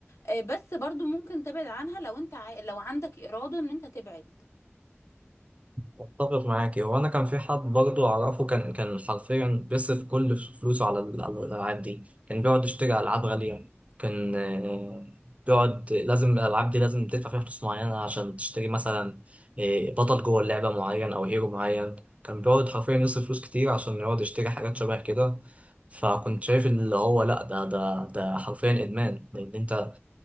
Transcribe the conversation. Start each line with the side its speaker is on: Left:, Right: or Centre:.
Left: آه، بس برضو ممكن تبعد عنها لو انت عاي... لو عندك إرادة ان انت تبعد
Right: اتفق معاكي هو انا كان في حد برضه اعرفه كان كان حرفيا بيصرف كل فلوسه على ال- على الالعاب دي كان بيقعد يشتري العاب غاليه كان آه، بيقعد لازم الالعاب دي لازم تدفع فيها فلوس معينه عشان تشتري مثلا آه، بطل جوه اللعبه معين او هيرو معين كان بيقعد حرفيا يصرف فلوس كتير عشان يقعد يشتري حاجات شبه كده فكنت شايف اللي هو لا ده ده ده حرفيا ادمان لان انت